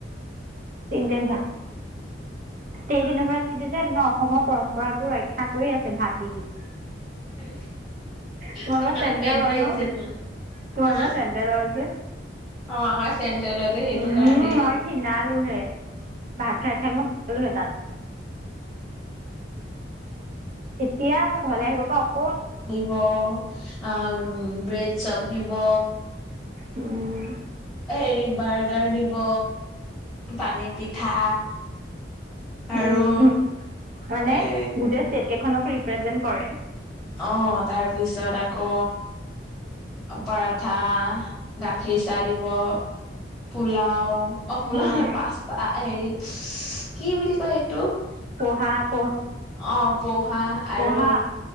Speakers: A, on the right; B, in the centre.
A: তিনি টাইম ভাত, ষ্টেট ইউনিভাৰ্চিটি যে মানে অসমৰ পৰম্পৰাটো ৰক্ষা কৰি আছে ভাত দি দি
B: উ
A: তোমালোকৰ
B: তে
A: চেন্ট্ৰেলৰ
B: পেট বাঢ়িছে
A: ন
B: তোমাল
A: তোমালোকৰ
B: হা
A: চেন্ট্ৰেলৰ যে
B: অ আমাৰ চে সেইটো
A: উম
B: কাৰণ হ
A: মই ঘিণালোহে ভাত খ খাই মইাত এতিয়া মোৰ ঘৰলৈ আহিব কও
B: দিব আহ ব্ৰেড চপ দিব।
A: উম
B: এৰি বাৰ্গাৰ দিব পানী পিঠা, আৰু
A: উম উম মানে
B: এ
A: গুজ টকে ৰিপ্ৰেজেন্ট কৰে
B: অঁ তাৰপিছত আকৌ পৰঠা, গাখীৰ চাহ, দিব পোলাওঁ অঁ পোলাও,
A: অ',
B: পাচতা হেৰি কি বুলি কয় এইটোক?
A: ভাত
B: অঁ পহা আৰু
A: পঢ়া।